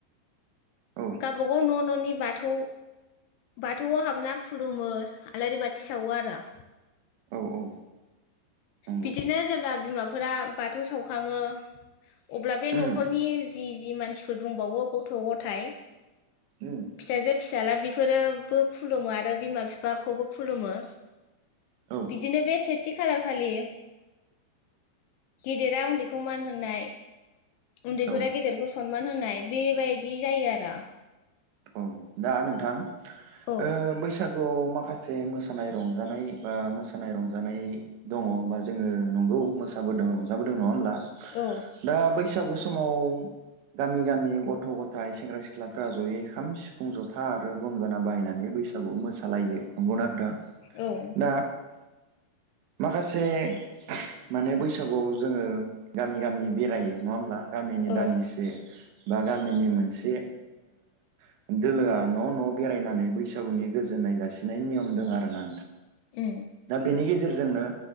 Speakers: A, on the right; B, on the left.
A: औ
B: गावबागाव न'ननि बाथौ बाथौआव हाबना खुलुमो आलारि बाथि सावो आरो
A: औ औ नंगौ
B: बिदिनो जेब्ला बिमाफोरा बाथौ सावखांङो। अब्ला बे
A: उम
B: नखरनि जि जि मानसिफोर दंबावो गथ' गथाय
A: उम
B: फिसाजो फिसाला बे फोरोबो खुलुमो आरो बिमा बिफाखौबो खुलुमो
A: औ
B: बिदिनो बे सेथि खालारखालि गेदेरा उन्दैखौ मान होनाय उन्दैफोरा
A: औ
B: गेदेरखौ सनमान होनाय बेबायदि जायो आरो।
A: औ दा नोंथां ओ
B: औ
A: बैसाग गुआव माखासे मोसानाय रंजानाय बा मोसानाय रंजानाय दङ बा जोङो नंगौ मोसाबोदों रंजाबोदों नङा होमब्ला?
B: औ
A: दा बैस गु समाव गामि गामि गथ' गथाय सेंग्रा सिख्लाफ्रा जयै खाम सिफ फुं जथा आरो गंगोना बायनानै बैसागु मोसालायो नंगौना नोंथां?
B: औ
A: दा माखासे से माने बैसागुआव जोङो गामि गामि बेरायो नङा होमब्ला गामिनि
B: औ
A: दान्दिसे बा गामिनि मोनसे ओ दोलोआ न' न' बेरायनानै बैसागुनि गोजोन्नाय जासि नाय नियम दं आरोना।
B: उम
A: दा बेनि गेजेरजोंनो